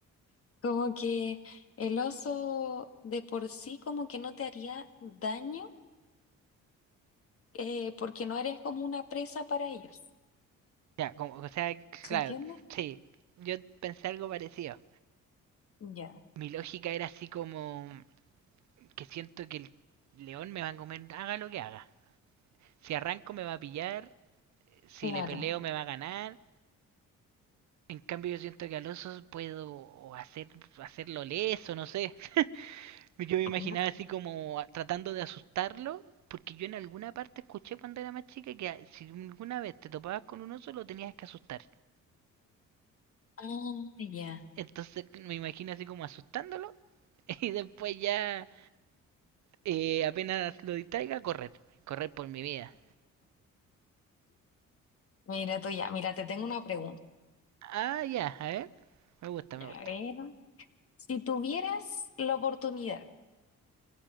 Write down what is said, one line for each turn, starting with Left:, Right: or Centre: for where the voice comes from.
Left: como que el oso de por sí como que no te haría daño eh, porque no eres como una presa para ellos.
Right: Ya, como, o sea,
Left: ¿Se
Right: claro,
Left: entiende?
Right: sí, yo pensé algo parecido.
Left: Ya,
Right: Mi lógica era así como que siento que el león me va a comer, haga lo que haga. Si arranco me va a pillar si
Left: claro.
Right: le peleo me va a ganar. En cambio yo siento que al oso puedo hacer, hacerlo leso, no sé. <laughs> Yo me imaginaba
Left: Ujú.
Right: así como tratando de asustarlo, porque yo en alguna parte escuché cuando era más chica que si alguna vez te topabas con un oso lo tenías que asustar.
Left: Ah, ya.
Right: Entonces me imagino así como asustándolo <laughs> y después ya eh, apenas lo distraiga, correr. Correr por mi vida.
Left: Mira tú ya, mira, te tengo una pregunta.
Right: Ah, ya, a ver. Me gusta, me
Left: A
Right: gusta.
Left: ver, si tuvieras la oportunidad